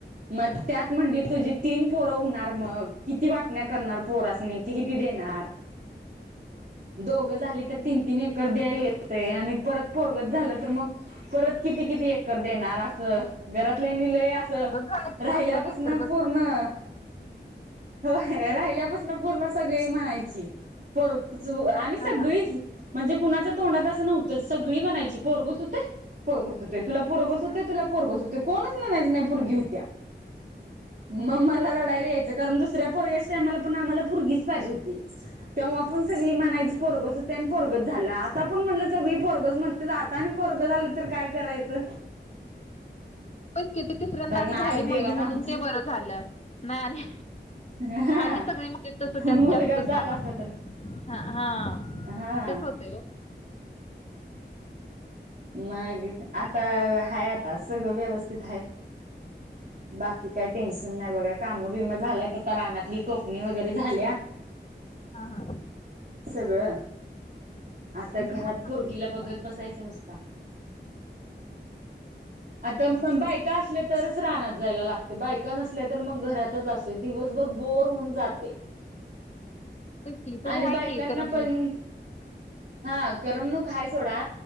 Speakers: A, on the right; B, on the left.
A: म त्यात म्हणली, तुझी तीन पोरं होणार मग. किती वाटण्या करणार पोरासणी, कीत-किती देणार? दोघं झाली तर, तीन- तीन एकर द्यायला येतंय आणि परत पोरगचं झालं तर मग परत किती -किती एकर देणार असं, घरातल्यानी लय असं
B: बस झालं की,
A: राहिल्यापासन
B: दोन -दोन एकर बस
A: पूर्ण
B: झालं.
A: होय, राहिल्यापासून पूर्ण सगळी म्हणायची, पोर <unintelligible> आणि सगळीच
B: हा हा
A: म्हणजे कुणाच्या तोंडात असं नव्हतंच, सगळी म्हनायची, पोरगचं होतय, पोरग त होतय, तुला पोरगचं होतय
B: हा
A: तूला पोरग होतय, कोणच म्हणायचं नाही, परगी होत्या. म-मला रडायला यायचं, कारण दुसऱ्या पोरग्याच्या टायमाला पण, आम्हाला पोरगीच पाहिजे होती. तेव्हा पण सगळी म्हनायची, पोरग च तय, पोरगच झालं, आता पण म्हणलं सगळी पोरगच म्हणतां आता आणि पोरग झालं तर काय करायचं?
B: पन किती तिसर्याणी
A: तर नाही
B: झाली
A: देवान
B: मुलगी,
A: आमचं
B: म्हणून ते बरं झालं, नही आणि
A: हा
B: आणि सगळी, म्हणजे तस
A: मुलगाच
B: त्यात जास्त झाला.
A: असता तर
B: हा हा,
A: हा
B: म तेच होतय ओ.
A: मग ई आता,
B: आणि काय मग
A: हाय आता, सगळं व्यवस्थित हाय. बाकी काय टेन्शन नाही बघा, काम बिम झाल्यात आता रानातली, टोक <unintelligible> वगैरे झाल्या,
B: हा हा
A: सगळं.
B: म्हणजे
A: आता घरात,
B: भात करतात
A: पोरगीला
B: तिकडं
A: बघत बसायचं, नुसत. आता म
B: हा हा
A: बायका असल्या, तरच रानात जायला लागत, बायका नसल्या तर मग घरातच असते, दिवसभर बोर होऊन जाते.
B: तेच की तरी
A: आणि
B: आहे
A: बायकांना
B: की करमणूक
A: पण हां, करमणूक हय सोडा,